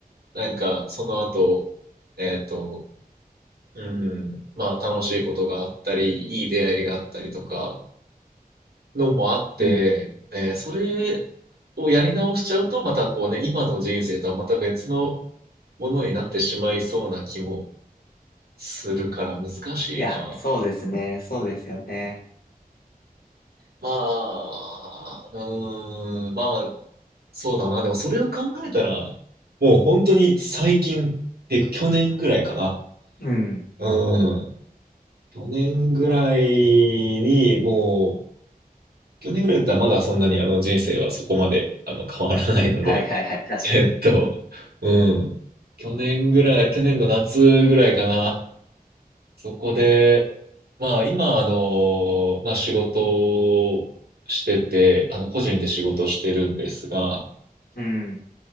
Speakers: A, on the right; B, on the left.
A: なんか、その後、えっと、うん、まあ、楽しいことがあったり、いい出会いがあったりとか、のもあって、
B: うん。
A: えーそれをやり直しちゃうと、またこうね、今の人生とはまた別のものになってしまいそうな気もするから難しいな。
B: いや、そうですね。そうですよね。
A: まあ、うーん、まあ、そうだな。でもそれを考えたら、もう本当に最近っていうか去年ぐらいかな。
B: うん。
A: うん。去年ぐらいに、もう、去年ぐらいだったらまだそんなにあの人生はそこまであの変わらないので、
B: はいはいはい。確かに。
A: <laughs> えっと、うん。去年ぐらい、去年の夏ぐらいかな。そこで、まあ今、あの、まあ仕事をしてて、あの個人で仕事してるんですが、
B: うん。